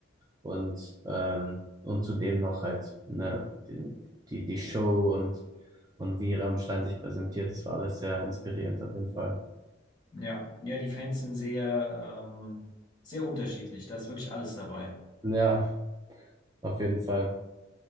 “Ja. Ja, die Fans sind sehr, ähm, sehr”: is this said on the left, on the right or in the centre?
Left